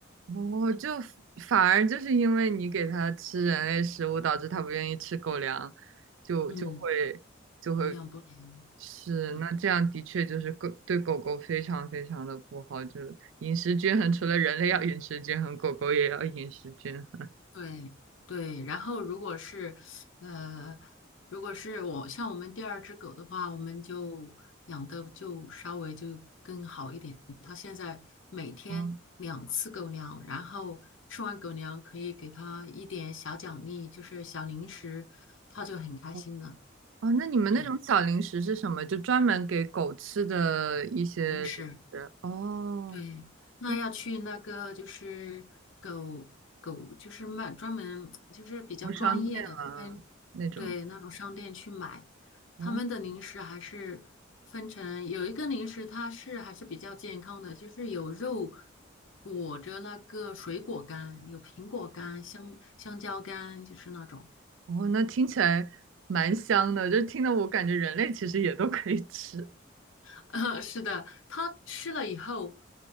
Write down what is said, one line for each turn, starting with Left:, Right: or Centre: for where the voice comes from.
Right: 哦，就反而就是因为你给它吃人类食物，导致它不愿意吃狗粮，就就会就会
Left: 嗯，营养不良，
Right: 是，
Left: 对
Right: 那这样的确就是狗对狗狗非常非常的不好，就是饮食均衡，除了人类要饮食均衡，狗狗也要饮食均衡。
Left: 对对。然后如果是呃，如果是我像我们第二只狗的话，我们就养的就稍微就更好一点。它现在每天两次狗粮，
Right: 哦
Left: 然后吃完狗粮可以给它一点小奖励，就是小零食，它就很开心了。
Right: 哦，哦那你们那种小零食是什么？
Left: 对，
Right: 就专门给狗吃的一些零食？
Left: 零食。
Right: 哦，
Left: 对，那要去那个就是狗狗，
Right: 是
Left: 就是卖专门就是比较专业的，
Right: 物商店啊那种？
Left: 分，对那种商店去买，他们的零食还是分成有一个零食它是还是比较健康的，
Right: 哦。
Left: 就是有肉裹着那个水果干，有苹果干、香香蕉干，就是那种。
Right: 哦，那听起来蛮香的，就听得我感觉人类其实也都可以吃。
Left: <laughs> 呃是的，它吃了以后，